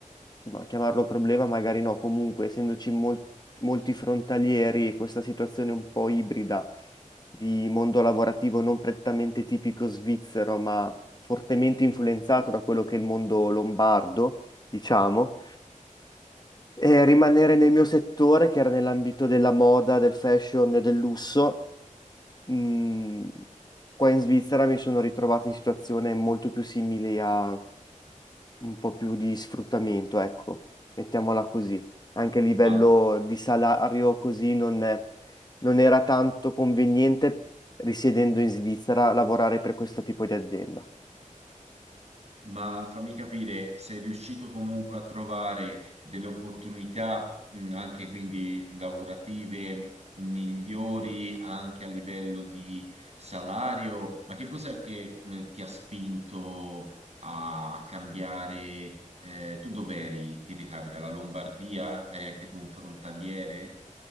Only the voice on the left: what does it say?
ma chiamarlo problema, magari no, comunque essendoci mol- molti frontalieri e questa situazione un po' ibrida di mondo lavorativo non prettamente tipico svizzero, ma fortemente influenzato da quello che è il mondo lombardo, diciamo. E rimanere nel mio settore, che era nell'ambito della moda, del fashion e del lusso, Mm, qua in Svizzera mi sono ritrovato in situazioni molto più simili a un po' più di sfruttamento, ecco, mettiamola così. Anche a livello
di salario così non, è- non era tanto conveniente, risiedendo in Svizzera, lavorare per questo tipo di azienda.